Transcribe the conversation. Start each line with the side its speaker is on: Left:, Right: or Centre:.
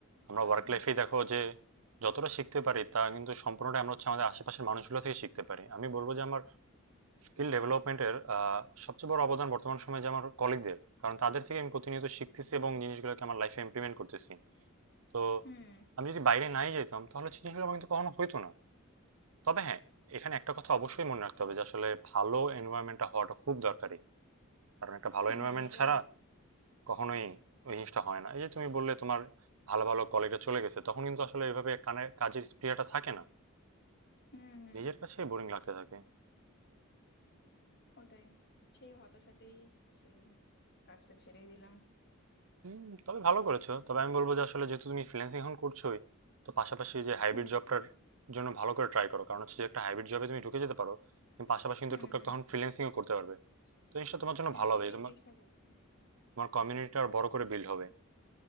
Right: আমরা
Left: অনেক
Right: ওয়ার্ক লাইফেই
Left: বেশি
Right: দেখো যে যতটা শিখতে পারি তা কিন্তু সম্পূর্ণটা আমরা হচ্ছে আমাদের আশেপাশের মানুষগুলো থেকে শিখতে পারি আমি বলবো যে আমার স্কিল ডেভেলপমেন্টের আহ সবচেয়ে বড় অবদান বর্তমান সময়ে যে আমার কলিগদের কারণ তাদের থেকে আমি প্রতিনিয়ত শিখতেছি এবং জিনিসগুলোকে আমার লাইফে ইমপ্লিমেন্ট করতেছি তো
Left: হুম
Right: আমি যদি বাইরে নাই যেতাম তাহলে সৃজনশীল আমার কিন্তু কখনো হইতো না তবে হ্যাঁ এখানে একটা কথা অবশ্যই মনে রাখতে হবে যে আসলে ভালো এনভায়রনমেন্টটা হওয়াটা খুব দরকারি কারণ একটা ভালো
Left: হুম
Right: এনভায়রনমেন্ট
Left: এটা
Right: ছাড়া
Left: ঠিক
Right: কখনোই ওই জিনিসটা হয় না এই যে তুমি বললে তোমার ভালো ভালো কলিগরা চলে গেছে তখন কিন্তু আসলে এভাবে কানে কাজের স্পৃহাটা থাকে না
Left: হুম হুম
Right: নিজের কাছে বোরিং লাগতে থাকে
Left: ওটাই সেই হতাশাতেই সেই কাজটা ছেড়েই দিলাম
Right: হুম তবে ভালো করেছো তবে আমি বলবো যে আসলে যেহেতু তুমি ফ্রিল্যান্সিং এখন করছোই তো পাশাপাশি যে হাইব্রিড
Left: হুম
Right: জবটার জন্য ভালো করে ট্রাই করো কারণ হচ্ছে যে একটা হাইব্রিড জবে তুমি ঢুকে যেতে পারো তুমি পাশাপাশি কিন্তু
Left: হুম
Right: টুকটাক
Left: হুম
Right: তখন ফ্রিল্যান্সিংও করতে পারবে তো জিনিসটা তোমার জন্য
Left: হ্যাঁ
Right: ভালো
Left: সেটাই
Right: হবে তোমার
Left: চেষ্টা করছি
Right: তোমার কমিউনিটিটা আর বড় করে বিল্ড হবে